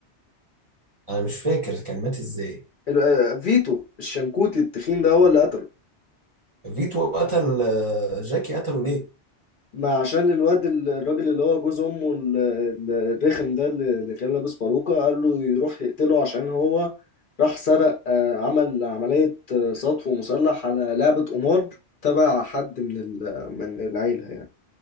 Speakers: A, on the right; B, on the left.
A: أنا مش فاكر كان مات إزاي
B: ال- آه، فيتو الشنكوتي التخين ده هو اللي قتله
A: فيتو قتل آه، جاكي قتله ليه؟
B: ما عشان الواد ال- الراجل اللي هو جوز امه ال- ال- الرخم ده اللي اللي كان لابس باروكة قال له يروح يقتله عشان هو راح سرق آه، عمل عملية آه، سطو مسلح على لعبة قمار تبع حد من ال- من العيلة يعني